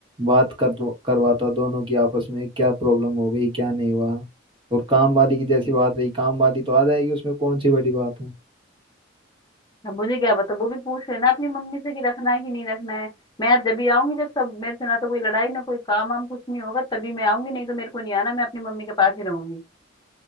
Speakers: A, on the right; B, on the left.
A: बात कर करवाता दोनों की आपस में क्या प्रॉब्लम हो गई क्या नहीं हुआ और काम वाली की जैसी बात रही काम वाली तो आ जाएगी उसमें कौन सी बड़ी बात है
B: अब मुझे क्या पता वो भी पूछ लेना अपनी मम्मी से कि रखना है कि नहीं रखना है मैं अब जब भी आऊंगी जब सब मेरे से ना तो कोई लड़ाई ना कोई काम वाम कुछ नहीं होगा तभी मैं आऊंगी नहीं तो मेरे को नहीं आना मैं अपनी मम्मी के पास ही रहूंगी